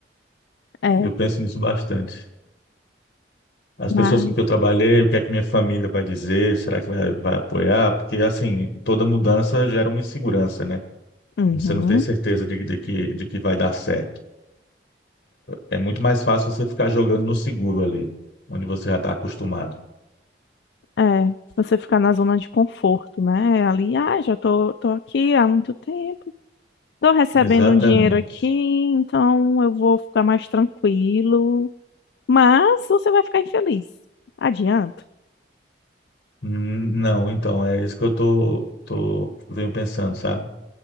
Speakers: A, on the left; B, on the left.
A: é,
B: Eu penso nisso bastante. as
A: mas
B: pessoas com que eu trabalhei, o que é que minha família vai dizer, será que vai, vai apoiar? Porque, assim, toda mudança gera uma insegurança, né?
A: é, uhum,
B: Você não tem certeza de, de que, de que vai dar certo. É, é muito mais fácil você ficar jogando no seguro ali, onde você já está acostumado.
A: é, você ficar na zona de conforto, né? É Ali, ah, já tô, tô aqui há muito tempo Tô recebendo
B: Exatamente.
A: um dinheiro aqui, então eu vou ficar mais tranquilo. Mas você vai ficar infeliz. Adianto.
B: Hum, Não, então, é isso que eu tô, tô, venho pensando, sabe?